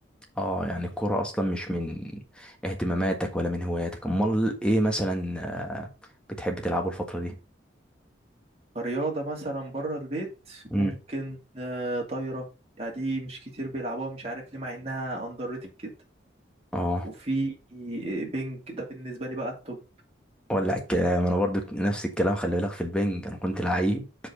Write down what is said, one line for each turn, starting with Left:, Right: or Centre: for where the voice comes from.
Centre: اه يعني الكوره اصلا مش من اهتماماتك ولا من هواياتك امال ايه مثلا آه، بتحب تلعبه الفتره دي
Right: كرياضة مثلا بره البيت
Centre: امم
Right: ممكن آه، طايرة يعني دي مش كتير بيلعبوها مش عارف ليه مع إنها أندر ريتد كده
Centre: اه
Right: وفي آه، بينج ده بالنسبة لي بقى التوب
Centre: ولع الكلام انا برضو نفس الكلام خلي بالك في البنج انا كنت لعيب